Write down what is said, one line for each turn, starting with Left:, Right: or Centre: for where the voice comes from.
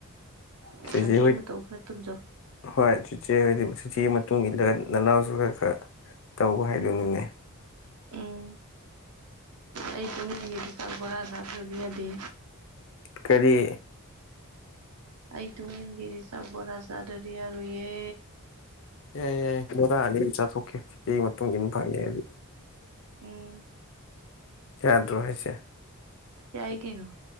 Right: ꯅꯆꯦ
Left: ꯇꯁ ꯍ
Right: ꯃꯇꯧ ꯈꯔ ꯇꯝꯖꯧ
Left: ꯍꯣꯏ ꯇꯇ ꯍꯗꯤ ꯑꯗꯨꯤ ꯃꯇꯨꯡ ꯏꯜꯂꯒ ꯅꯅꯥꯎꯁꯨ ꯈꯔ ꯈꯔ ꯇꯧꯕ ꯍꯥꯏꯗꯣꯏꯅꯤꯅꯦ
Right: ꯎꯝ ꯑꯩ ꯆꯨꯝꯗꯤ ꯆꯥꯛ ꯕꯣꯔꯥ ꯁꯥꯇꯕꯤꯔꯗꯤ
Left: ꯀꯔꯤ
Right: ꯑꯩ ꯇ ꯍꯒꯦꯔꯤꯁ ꯆꯕꯥꯖꯥ ꯗꯔꯤꯌꯥ ꯇꯨꯏꯦ
Left: ꯌꯥꯏ ꯌꯥꯏ ꯀ ꯇꯥꯛꯑꯅꯤ ꯑꯗꯨꯝ ꯆꯥꯊꯣꯛꯀꯦꯒꯤ ꯃꯇꯨꯡ ꯏ ꯑꯗꯨ ꯐꯪꯉꯦ ꯍꯥꯏꯗꯤ
Right: ꯎꯝ
Left: ꯈꯌꯥꯗ ꯔꯍꯤꯁ
Right: ꯌꯥꯏ ꯀꯩꯅꯣ